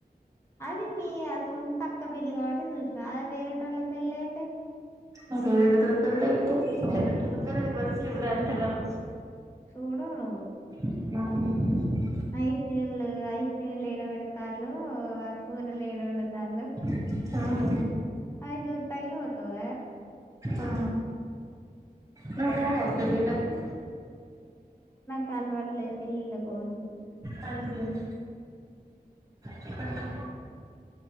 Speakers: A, on the left; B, on the right.
A: అది మీ ఆ సొంత అక్క పెళ్లి కాబట్టి చూసిన అది వేరేటోళ్ళ పెళ్లి అయితే
B: అదే వేరేటోళ్ల పెళ్లి అయితే వేరేటోళ్ల పెళ్లి వలిసి చూడాలే అంతా గానం
A: చూడనో
B: న
A: ఐస్ క్రీమ్లు ఐస్ క్రీమ్లు ఎడబెడతాళ్ళు ఆ కూరలు ఏడ వండుతాళ్లు
B: ఆ
A: అవి జూత్తానికే వత్తావ
B: ఆ నువ్ పోవ పెళ్లిళ్లకు
A: కలవట్లేదు పెళ్లిళ్లకు పోనికి
B: కంజూమ్ చెప్పండి